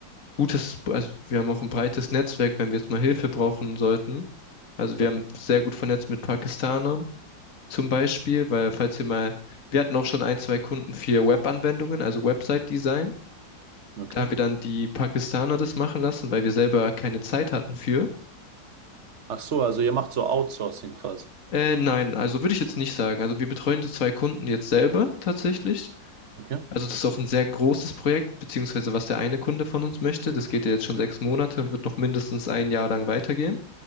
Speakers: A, on the left; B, on the right.
A: gutes, also wir haben auch ein breites Netzwerk, wenn wir jetzt mal Hilfe brauchen sollten. Also
B: Okay,
A: wir haben sehr gut vernetzt mit Pakistanern zum Beispiel, weil falls wir mal, wir hatten auch schon ein, zwei Kunden für Web-Anwendungen, also Website-Design.
B: okay.
A: Da haben wir dann die Pakistaner das machen lassen, weil wir selber keine Zeit hatten für.
B: Ach so, also ihr macht so Outsourcing quasi.
A: Äh, nein, also würde ich jetzt nicht sagen. Also wir betreuen die zwei Kunden jetzt selber tatsächlich.
B: Okay,
A: Also das ist auch ein sehr großes Projekt, beziehungsweise was der eine Kunde von uns möchte. Das geht ja jetzt schon sechs Monate und wird noch mindestens ein Jahr lang weitergehen.